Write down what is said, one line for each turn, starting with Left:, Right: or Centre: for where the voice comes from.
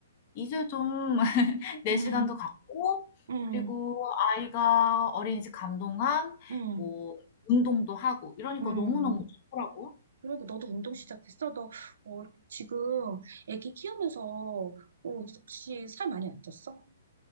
Left: 이제 좀 <laughs> 내
Right: <laughs> 응.
Left: 시간도 갖고,
Right: 응.
Left: 그리고 아이가 어린이집 간 동안
Right: 응.
Left: 뭐, 운동도 하고, 이러니까
Right: 응.
Left: 너무너무 좋더라고.
Right: 그러니까 너도 운동 시작했어? 너, 어, 지금 애기 키우면서, 어, 혹시 살 많이 안 쪘어?